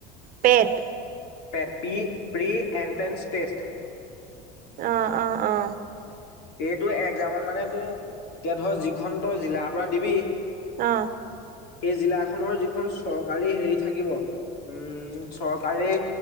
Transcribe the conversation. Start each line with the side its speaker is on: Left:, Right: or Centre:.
Right: PET
Left: PET P pre entrance test
Right: অ অ অ
Left: এইটো একজামত মানে তোৰ এতিয়া ধৰ যিখন তই জিলাৰ পৰা দিবি
Right: অ
Left: সেই জিলাখনৰ যিখন চৰকাৰী হেৰি থাকিব উম চৰকাৰে